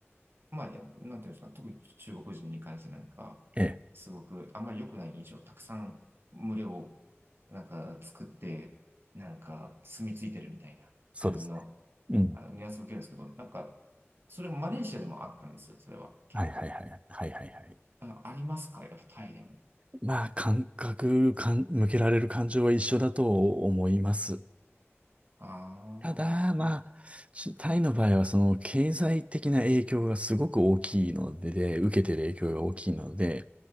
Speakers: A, on the right (about 55°); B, on the right (about 25°).
A: まあ、やなんていうんですか、特に中国人に関してなんか、
B: ええ、
A: すごくあんまり良くない印象、たくさん群れをなんか作って、なんか住み着いてるみたいな感じの、
B: そうですね。うん。
A: あのニュアンスを受けるんですけど、なんか、それもマレーシアでもあったんですよ、それは結構。
B: はいはいはい。はいはいはい。
A: あ、ありますかやっぱタイでも。
B: まあ、感覚かん、向けられる感情は一緒だと思います。
A: ああ、
B: ただ、
A: そうなんです。
B: まあ、ちタイの場合は、その、経済的な影響がすごく大きいので、で、受けてる影響が大きいので、